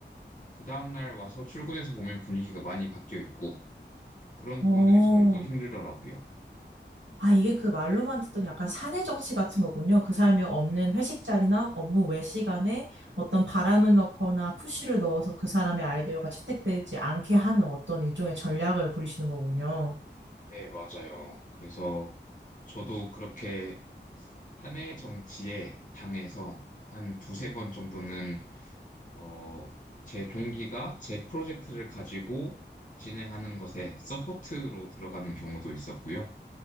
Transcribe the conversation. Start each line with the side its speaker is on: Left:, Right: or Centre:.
Left: 그 다음날 와서 출근해서 보면 분위기가 많이 바뀌어 있고 그런
Right: 어,
Left: 부분들이 저는 또 힘들더라고요.
Right: 아, 이게 그 말로만 듣던 약간 사내 정치 같은 거군요. 그 사람이 없는 회식 자리나 업무 외 시간에 어떤 바람을 넣거나 푸시를 넣어서 그 사람의 아이디어가 채택되지 않게 하는 어떤 일종의 전략을 부리시는 거군요.
Left: 네, 맞아요. 그래서 저도 그렇게 사내 정치에 당해서 한 두세 번 정도는 어, 제 동기가 제 프로젝트를 가지고 진행하는 것에 서포트로 들어가는 경우도 있었고요.